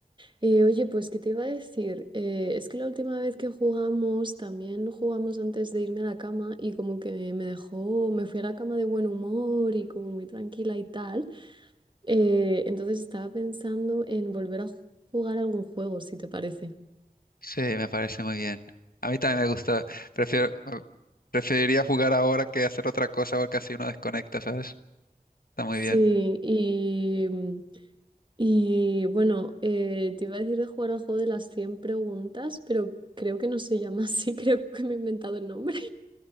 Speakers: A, on the right (about 30°); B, on the left (about 70°).
A: Eh, oye, pues, ¿qué te iba a decir? Eh, es que la última vez que jugamos, también jugamos antes de irme a la cama y como que me dejó, me fui a la cama de buen humor y como muy tranquila y tal. Eh, entonces estaba pensando en volver a jugar algún juego, si te parece.
B: Sí, me parece muy bien. A mí también me gusta. Prefiero, preferiría jugar ahora que hacer otra cosa porque así uno desconecta, ¿sabes? Está muy
A: Sí,
B: bien.
A: y, mm, y bueno, eh, te iba a decir de jugar al juego de las 100 preguntas, pero creo que no se llama así, <laughs> creo que me he inventado el nombre.